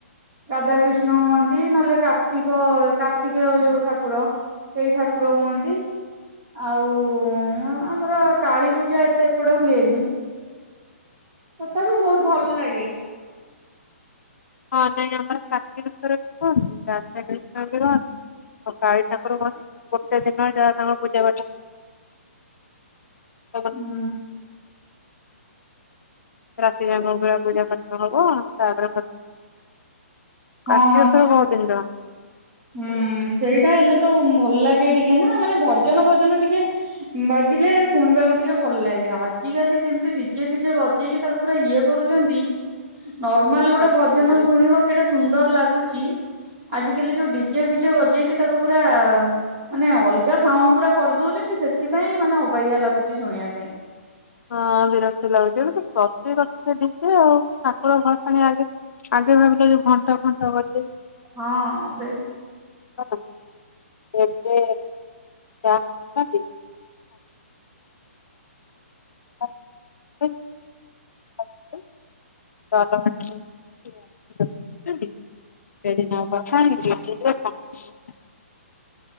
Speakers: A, on the right; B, on the left.
A: ରାଧାକୃଷ୍ଣ ହୁଅନ୍ତି ନହେଲେ, କାର୍ତ୍ତିକ କାର୍ତ୍ତିକ ଯୋଉ ଠାକୁର ସେଇ ଠାକୁର ହୁଅନ୍ତି। ଆଉ ଆମର କାଳୀ ପୂଜା ଏତେ ପଡ ହୁଏନି ତଥାପି ବହୁତ ଭଲ ଲାଗେ।
B: ହଁ ନାଇଁ ଆମର କାକ୍ଷନେଶ୍ଵର, ବି କୁହନ୍ତି ରାଧା କ୍ରୀଷ୍ଣ ବି ରହନ୍ତି ଆଉ କାଳି ଠାକୁର କହ ଗୋଟେ ଦିନ ଯ ତାଙ୍କର ପୂଜା ପାଠ <unintelligible>
A: ହୁଁ
B: ରାତି ଯଙ୍କ ପୂଜା ପାଠ ହବ କାତି
A: ହଁ
B: ଉସବ ବହୁଉତ ଦିନ ର
A: ହୁଁ ସେଇଟା ହେଲେ ତ ଭଲ ଲାଗେ ଟିକେ ନା, ମାନେ ଭଜନ ଭଜନ ଟିକେ ବା ବୁଝିଲେ ଶୁଣିବାକୁ ଟିକେ ଭଲ ଲାଗେ, ଆଜିକାଲି ଯେମିତି ଡିଜେ ଫିଜେ ବଜେଇକି ତାକୁ ପୁରା ଇଏ କରୁଛନ୍ତି ନର୍ମାଲ ଗୋଟେ
B: ଆଜିକାଲି
A: ଭଜନ ଶୁଣିବ କେଟା ସୁନ୍ଦର ଲାଗୁଛି ଆଜିକାଲି ଯୋଉ ଡିଜେ ଫିଜେ ବଜେଇକି, ତାକୁ ପୁରା ମାନେ ଅଲଗା ସାଉଣ୍ଡ ପୁରା କରିଦଉଛନ୍ତି, ସେଥିପାଇଁ ମାନେ ଅବଆ ଲାଗୁଛି ଶୁଣିବା ପାଇଁ
B: ହଁ ବିରକ୍ତି ଲାଗୁଛି, ଗଟ ପ୍ରତି କଥା ସେଠିକେ ଆଉ ଠାକୁର ଭସାଣି ଆଗେ ଆଗେ ଭାବିଲେ ଯୋଉ ଘଣ୍ଟା ଫଣ୍ଟ ବଜେଇ
A: ହଁ ସେ
B: ହ ଏବେ ଯହାଛନ୍ତି <unintelligible> <unintelligible>